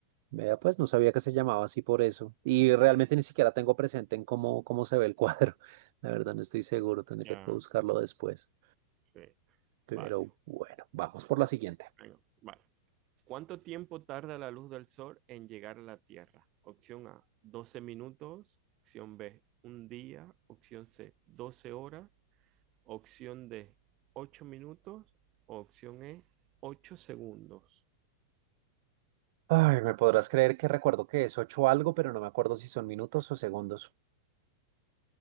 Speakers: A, on the right; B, on the right.
A: Vea, pues no sabía que se llamaba así por eso. Y realmente ni siquiera tengo presente en cómo, cómo se ve el cuadro. <laughs> La verdad, no estoy seguro. Tendría
B: ya,
A: que buscarlo después.
B: sí.
A: Pero
B: Vale,
A: bueno, vamos por la siguiente.
B: venga, vale. ¿Cuánto tiempo tarda la luz del sol en llegar a la Tierra? Opción A, 12 minutos. Opción B, un día. Opción C, 12 horas. Opción D, 8 minutos. Opción E, 8 segundos.
A: Ay, me podrás creer que recuerdo que es ocho algo, pero no me acuerdo si son minutos o segundos.